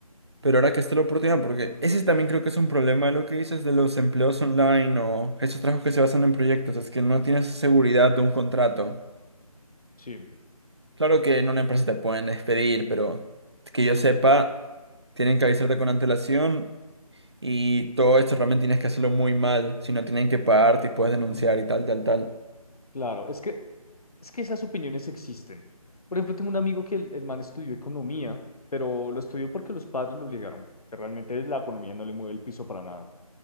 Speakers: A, on the right; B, on the left.
A: Pero ahora que está la oportunidad, porque ese también creo que es un problema de lo que dices de los empleos online o esos trabajos que se basan en proyectos, es que no tienes esa seguridad de un contrato.
B: Sí.
A: Claro que en una empresa te pueden despedir, pero que yo sepa, tienen que avisarte con antelación Y todo esto realmente tienes que hacerlo muy mal, si no tienen que pagarte y puedes denunciar
B: Mm,
A: y tal, tal, tal.
B: Claro, es que Es que esas opiniones existen. Por ejemplo, tengo un amigo que el, el man estudió economía, pero lo estudió porque los padres lo obligaron. que Realmente la economía no le mueve el piso para nada.